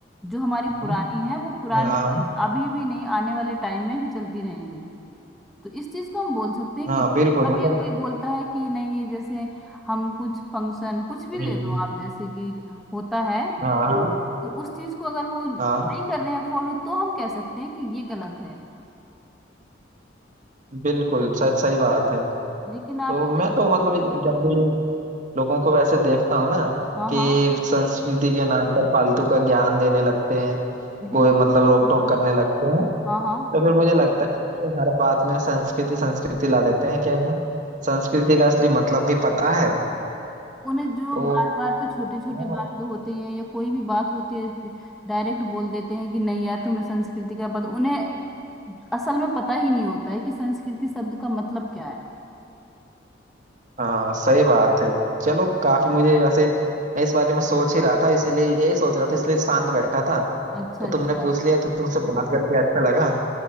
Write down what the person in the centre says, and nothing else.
जो हमारी पुरानी
है वो पुरानी
अभी भी नहीं आने वाले टाइम में भी चलती रहेंगी तो इस चीज को हम बोल सकते हैं
कि
कभी
कोई बोलता है कि नहीं ये जैसे हम कुछ फंक्शन कुछ भी ले
लो आप जैसे कि होता है
तो उस चीज को अगर वो नहीं
कर रहे हैं फॉलो तो हम कह सकते हैं कि ये गलत है
लेकिन
आप अगर
हाँ
हाँ
बिल
हाँ
हाँ
हाँ हाँ।
उन्हें जो
बार बार पे छोटी छोटी
बात पे होते हैं या कोई भी बात होती है डायरेक्ट बोल देते हैं कि नहीं यार तुम्हें संस्कृति का पता उन्हें असल में पता ही नहीं होता है कि संस्कृति शब्द का मतलब क्या है
अच्छा
अच्छा